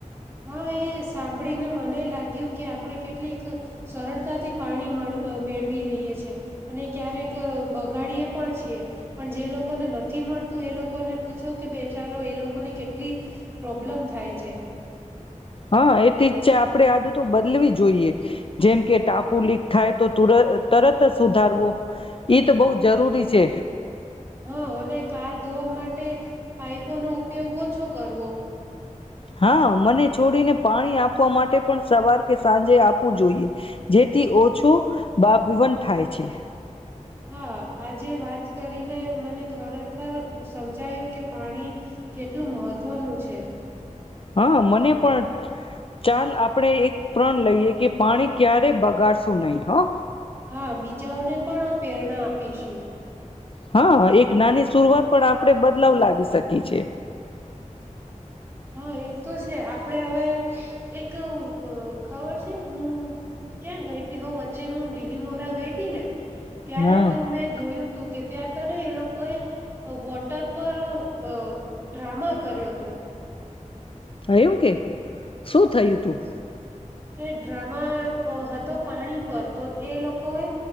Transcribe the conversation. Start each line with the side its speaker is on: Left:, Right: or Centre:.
Right: હા, એ સાંભળી ને મને લાગ્યું કે આપણે કેટલીક સરળતા થી પાણી મળ મેળવી લઈએ છે, અને ક્યારેક અહ બગાડીએ પણ છીએ. પણ જે લોકોને નથી મળતું, એ લોકોને પૂછો કે બેચારો એ લોકોની કેટલી પ્રોબ્લમ થાય છે.
Left: હા એથી જ છે આપણેે આદતો બદલવી જોઈએ. જેમ કે ટાપુ લીક થાય તો તુર તરત જ સુધારવો, ઈ તો બહુ જરૂરી સે.
Right: હા અને કાર ધોવા માટે પાઈપોનો ઉપયોગ ઓછો કરવો.
Left: હા મને છોડીને- પાણી આપવા માટે પણ સવાર કે સાંજે આપવું જોઈએ. જેથી ઓછું બાબવન થાય છે.
Right: હા આ જે વાત કરીને મને ખરેખર સમજાયું કે પાણી કેટલું મહત્વનું છે.
Left: હા મને પણ. ચાલ આપણેે એક પ્રણ લઈએ કે પાણી ક્યારેય બગાડશું નહીં હહ.
Right: હા બીજાઓને પણ આ પ્રેરણા આપીશું.
Left: હા એક નાની શરૂઆત પણ આપ આપણે બદલાવ લાવી શકીએ છીએ.
Right: હા એ તો છે. આપણે હવે એક અહ ખબર છે હું ક્યાં ગઈતી હો વત ચ્ચે હું બીલીમોરા ગઈતી ને ત્યારે
Left: હા
Right: તો મેં જોયું તું કે ત્યાં કને એ લોકોએ વોટર પર અહ ડ્રામા કર્યોતો.
Left: થયું કે શું થયું તું?
Right: એ ડ્રામા અહ હતો પાણી પર, તો એ લોકોએ